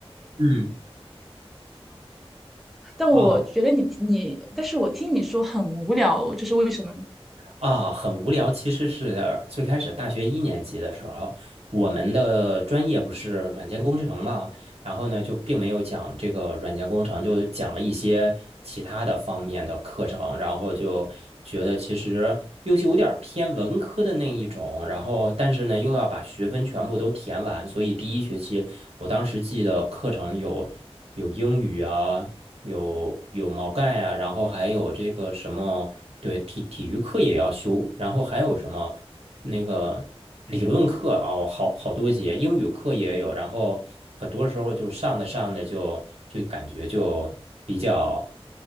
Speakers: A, on the right; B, in the centre.
A: 嗯，
B: 但我觉得你你，
A: 啊，
B: 但是我听你说很无聊，这是为什么呢？
A: 啊，很无聊。其实是呃最开始大学一年级的时候，我们的专业不是软件工程嘛，然后呢就并没有讲这个软件工程，就讲了一些其他的方面的课程，然后就觉得其实又是有点儿偏文科的那一种，然后但是呢又要把学分全部都填完，所以第一学期我当时记得课程有有英语啊。有有毛概啊，然后还有这个什么，对，体体育课也要修，然后还有什么那个理论课啊，我好好多节，英语课也有，然后很多时候就上的上的就就感觉就比较